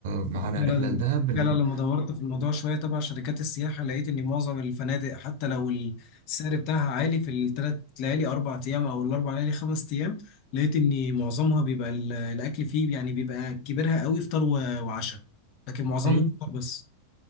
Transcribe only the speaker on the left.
فعلا
فعلا لما دورت في الموضوع شويه تبع شركات السياحه لقيت ان معظم الفنادق حتى لو السعر بتاعها عالي في الثلاث ليالي اربع ايام او الاربع ليالي خمس ايام لقيت ان معظمها بيبقى ال- الاكل فيه يعني بيبقى كبيرها قوي فطار و- وعشاء لكن معظمهم
فطار بس